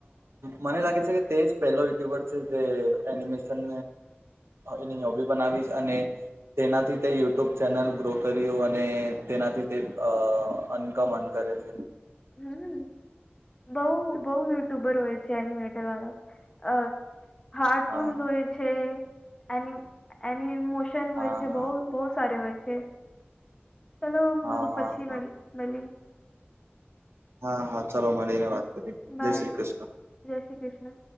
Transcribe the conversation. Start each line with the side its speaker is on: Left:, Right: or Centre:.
Right: મને લાગે છે કે તેજ પહેલો ટ્યુબર છે તે એનિમેશન એની હોબી બનાવી અને તેનાથી તે યુટ્યુબ ચેનલ ગ્રો કર્યું અને તેનાથી તે અનકમન કરે છે
Left: હમ બહુ બહુ યુટ્યુબર હોય છે એનિમેટર વાળ અ હાર્ટૂન
Right: હા
Left: જોય છે અમ અની મો <unintelligible> ન
Right: હા
Left: હોય છે
Right: હા
Left: બહુ બહુ સારે હોય છે છે ચલો હું
Right: હા હા
Left: પછી
Right: હા
Left: મલ મલી
Right: હા ચલો મળીને વાત કરી
Left: બાય
Right: જય શ્રી કૃષ્ણ
Left: જય શ્રી કૃષ્ણ